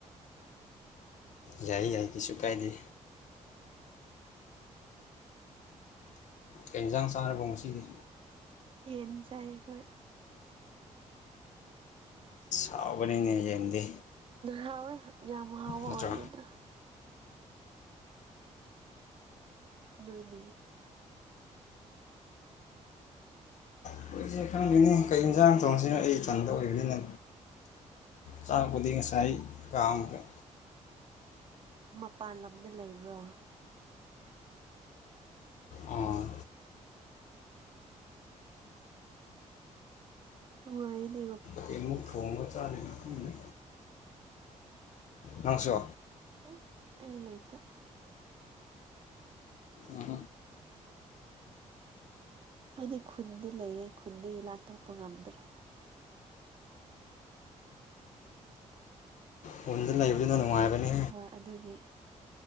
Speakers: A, on the left; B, on the right.
A: ꯌꯥꯏ ꯌꯥꯏ ꯀꯁꯨ ꯀꯥꯏꯗꯦ ꯀꯩ ꯌꯦꯟꯖꯥꯡ ꯆꯥꯔꯕꯣ ꯉꯁꯤꯗꯤ
B: ꯌꯦꯟ ꯆꯥꯏ ꯑꯩꯈꯣꯏ
A: ꯍꯥꯎꯕꯅꯤꯅ ꯌꯦꯟꯗꯤ
B: ꯍꯥꯎꯋꯦ ꯌꯥꯝ ꯍꯥꯎꯕ
A: ꯅꯠꯇ꯭ꯔꯣ
B: ꯑꯣꯏꯗꯦꯗ ꯅꯣꯏꯗꯤ
A: ꯑꯩꯈꯣꯏꯁꯦ ꯈꯪꯗꯦꯅꯤ ꯀꯩ ꯌꯦꯟꯁꯥꯡ ꯊꯣꯡꯁꯤꯅꯣ ꯑꯩ ꯊꯟꯗ ꯑꯣꯏꯕꯅꯤꯅ ꯆꯥꯀꯄꯨꯗꯤ ꯉꯥꯁꯥꯏ ꯀꯥꯝꯈꯔ꯭ꯦ
B: ꯃꯄꯥꯟ ꯂꯝꯗ ꯂꯩꯕ꯭ꯔꯣ
A: ꯑꯥ
B: ꯅꯨꯪꯉꯥꯏꯌꯦꯅꯦ
A: ꯑꯩ ꯃꯨꯛ ꯊꯣꯉꯥ ꯆꯅꯤꯅ ꯈꯪꯗꯦ ꯅꯪꯁꯣ
B: ꯎꯝ ꯑꯩꯗꯤ ꯂꯩꯇꯦ
A: ꯎꯝ
B: ꯍꯥꯏꯗꯤ ꯈꯨꯟꯗꯤ ꯂꯩꯌꯦ ꯈꯨꯟꯗꯒꯤ ꯂꯥꯟꯊꯣꯛꯄ ꯉꯝꯗ꯭ꯔꯦ
A: ꯈꯨꯟꯗ ꯂꯩꯕꯗꯨꯅꯥ ꯅꯨꯡꯉꯥꯏꯕꯅꯦ
B: ꯍꯣꯏ ꯑꯗꯨꯒꯤ